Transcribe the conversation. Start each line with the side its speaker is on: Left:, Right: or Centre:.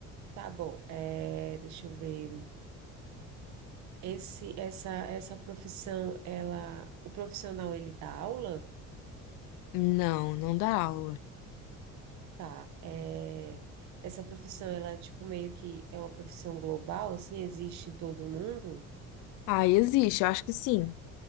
Right: Tá bom. É, deixa eu ver. Esse, essa, essa profissão, ela, o profissional, ele dá aula?
Left: Não, não dá aula.
Right: Tá, é, essa profissão, ela é tipo meio que é uma profissão global, assim, existe em todo mundo?
Left: Ah, existe, eu acho que sim.